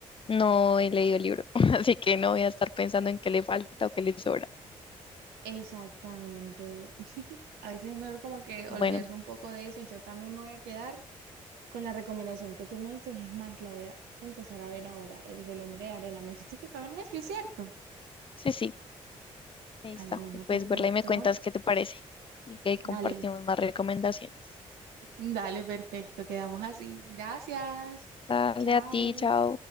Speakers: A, on the left (about 35°); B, on the right (about 80°).
A: no he leído el libro, <laughs> así que no voy a estar pensando en qué le falta o qué le sobra.
B: Exactamente. <laughs> A veces es mejor como que olvidarse
A: Bueno,
B: un poco de eso. Yo también me voy a quedar con la recomendación que tú me dices. Es más, la voy a empezar a ver ahora, el del hombre de arena. Me dijiste que estaba en Netflix, ¿cierto?
A: sí, sí, ahí está.
B: Ay, bueno, perfecto.
A: Puedes verla y me cuentas qué te parece y que ahí compartimos
B: Dale,
A: más recomendaciones.
B: dale, perfecto. Quedamos así. Gracias.
A: Dale
B: Chao.
A: a ti, chao.